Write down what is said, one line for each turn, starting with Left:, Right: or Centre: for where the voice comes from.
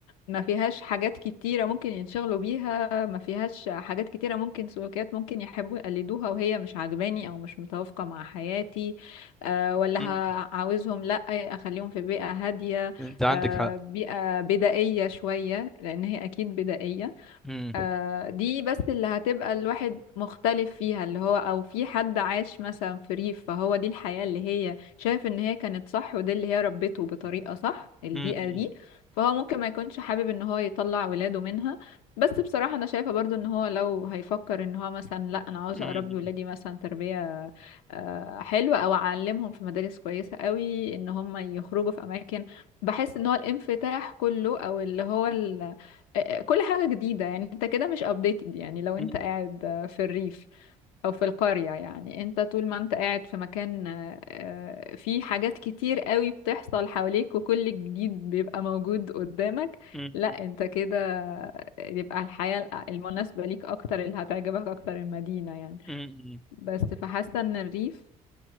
Left: ما فيهاش حاجات كتيرة ممكن ينشغلوا بيها ما فيهاش حاجات كتيرة ممكن سلوكيات ممكن يحبوا يقلدوها وهي مش عاجباني أو مش متوافقة مع حياتي أه ولا
Centre: أمم.
Left: ه- عاوزهم لأ أخليهم في بيئة هادية
Centre: انت عندك
Left: أه
Centre: حق
Left: بيئة بدائية شوية لأن هي أكيد بدائية
Centre: امم
Left: آه دي بس اللي هتبقى الواحد مختلف فيها اللي هو او في حد عاش مثلا في ريف فهو دي الحياة اللي هي شايف ان هي كانت صح ودي اللي هي ربته بطريقة صح البيئة
Centre: أمم.
Left: دي فهو ممكن ما يكونش حابب ان هو يطلع ولاده منها بس بصراحة انا شايفة برضو ان هو لو هيفكر ان هو مثلا لا انا عاوز
Centre: أمم.
Left: اربي ولادي مثلا تربية آه حلوة او اعلمهم في مدارس كويسة قوي ان هم يخرجوا في اماكن بحس ان هو الانفتاح كله او اللي هو آه، آه، كل حاجة جديدة يعني انت كده مش updated يعني لو انت
Centre: أمم.
Left: قاعد آه، في الريف او في القرية يعني انت طول ما انت قاعد في مكان آه، آه، فيه حاجات كتير قوي بتحصل حواليك وكل جديد بيبقى موجود قدامك
Centre: أمم.
Left: لا انت كده يبقى الحياة الأ- المناسبة ليك اكتر اللي هتعجبك اكتر المدينة يعني
Centre: أمم.
Left: بس فحاسة ان الريف